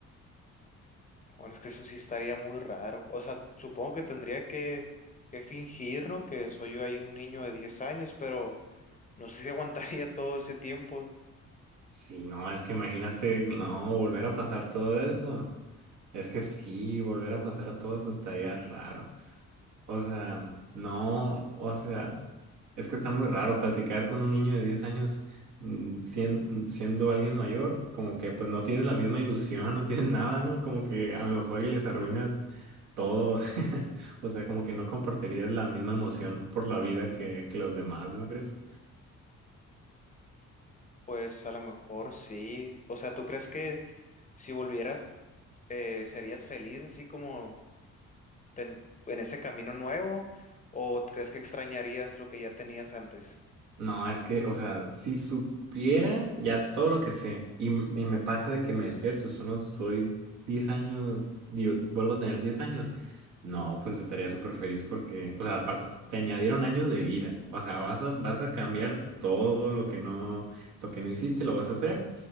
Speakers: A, on the left; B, on the right.
A: bueno, es que eso sí estaría muy raro. O sea, supongo que tendría que, que fingir, ¿no? Que soy yo ahí un niño de 10 años, pero no sé si <laughs> aguantaría todo ese tiempo.
B: Sí, no, es que imagínate, no, volver a pasar todo eso. Es que sí, volver a pasar todo eso estaría raro. O sea, no, o sea, es que está muy raro platicar con un niño de 10 años mm, sien- mm, siendo alguien mayor, como que pues no tienes la misma ilusión, no tienes nada, ¿no? Como que a lo mejor y les arruinas todo, <laughs> o sea, como que no compartirías la misma emoción por la vida que, que los demás, ¿no crees?
A: Pues a lo mejor sí. O sea, ¿tú crees que si volvieras eh, serías feliz así como ten- en ese camino nuevo? ¿O crees que extrañarías lo que ya tenías antes?
B: No, es que, o sea, si supiera ya todo lo que sé y, m- y me pasa de que me despierto, solo soy 10 años, digo, vuelvo a tener 10 años, no, pues estaría súper feliz porque, o sea, aparte, te añadieron años de vida, o sea, vas a, vas a cambiar todo lo que no, lo que no hiciste, lo vas a hacer